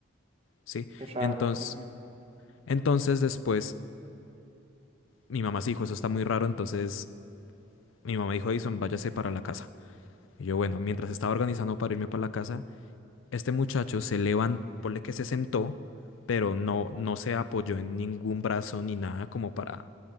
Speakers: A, on the left; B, on the right.
A: ¿sí?
B: Qué raro.
A: Entonces,
B: Ujú.
A: entonces después mi mamá se dijo, eso está muy raro, entonces mi mamá dijo, Edison, váyase para la casa. Y yo, bueno, mientras estaba organizando para irme para la casa, este muchacho se levantó, ponle que se sentó, pero no, no se apoyó en ningún brazo ni nada como para